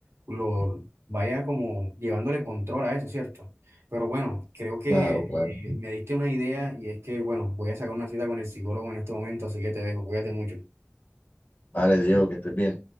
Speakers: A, on the right; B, on the left.
A: lo vaya como llevándole control a eso, ¿cierto? Pero bueno, creo que
B: Claro, claro.
A: eh, me diste una idea y es que, bueno, voy a sacar una cita con el psicólogo en este momento, así que te dejo, cuídate mucho.
B: Vale, Diego, que estés bien.